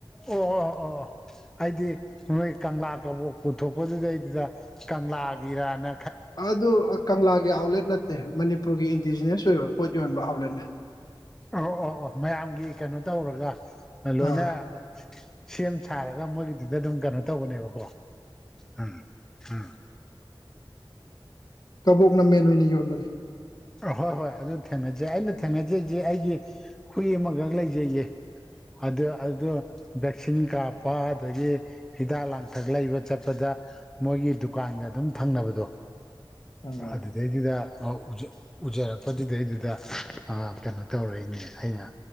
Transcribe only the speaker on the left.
ꯑꯗꯨ ꯀꯪꯂꯥꯒꯤ ꯑꯥꯎꯠꯂꯦꯠ ꯅꯠꯇꯦ ꯃꯅꯤꯄꯨꯔꯒꯤ ꯏꯟꯗꯤꯖꯤꯅ꯭ꯁ ꯑꯣꯏꯕ ꯄꯣꯠꯅꯤ ꯌꯣꯟꯕꯕ ꯂꯩꯅꯦ
ꯑꯥ
ꯀꯕꯣꯛꯅ ꯃꯦꯟ ꯑꯣꯏꯅ ꯌꯣꯟꯕꯅꯤ
ꯎꯝ